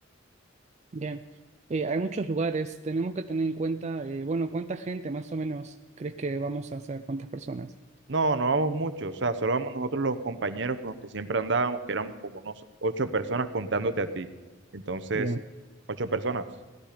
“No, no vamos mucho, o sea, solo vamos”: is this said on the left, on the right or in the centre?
Right